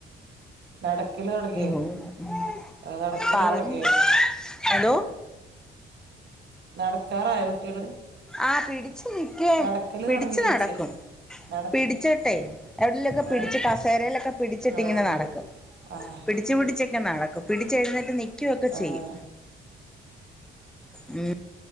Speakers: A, on the right (about 60°); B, in the centre.
A: നടക്കില് തുടങ്ങിയോ? അ..
B: പോകുന്നു
A: ആ.. നടക്കല്
B: പറഞ്ഞ്
A: തുടങ്ങിയോ?
B: എന്തോ
A: നടക്കാറായോ? കുട്ടികള്
B: ആ, പിടിച്ചു നിക്കയും
A: നടക്കല്
B: പിടച്ചനടക്കും.
A: തൊടങ്ങിയോയ്ച്ച നടത്ത
B: പിടിച്ചിട്ടേ എവിടെലൊക്കെ പിടിച്ച്,
A: ആഹ്
B: കസേരയിലൊക്കെ. പിടിച്ചിട്ടിങ്ങനെ
A: ആഹ്
B: നടക്കും
A: ആഹ്
B: പിടിച്ച് പിടി ടിച്ചൊക്കെ നടക്കും. പിടിച്ചെഴുന്നേറ്റ് നിക്കുവൊക്കെ
A: ആഹ്
B: ചെയ്യും. മ്